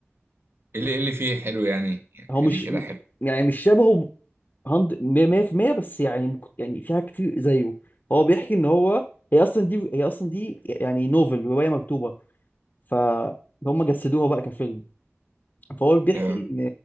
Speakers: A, on the right; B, on the left.
A: ايه اللي إيه اللي فيه حلو يعني يعني
B: هو مش
A: خليه كده حلو
B: يعني مش شبهه 100% بس يعني مك- يعني في حاجات كتير زيه هو بيحكي ان هو هي اصلا دي هي اصلا دي يعني نوفل روايه مكتوبه فهم جسدوها بقى كفيلم فهو بيحكي
A: اه
B: ان